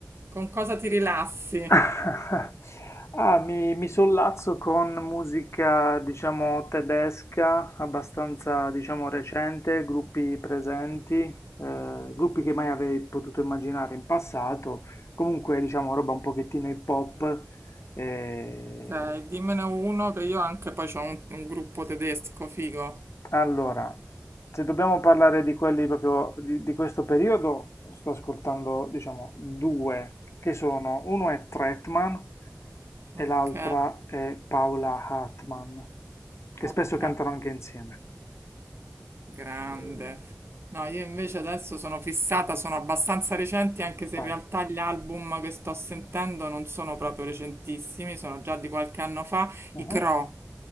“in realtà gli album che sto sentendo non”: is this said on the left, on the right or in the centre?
Right